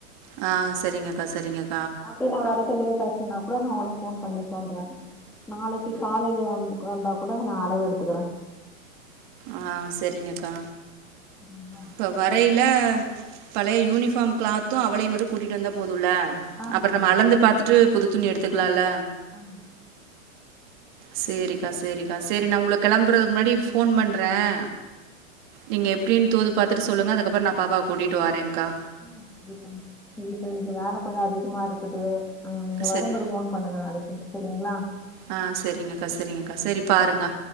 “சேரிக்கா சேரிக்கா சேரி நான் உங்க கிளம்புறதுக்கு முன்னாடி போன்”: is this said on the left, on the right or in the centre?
Right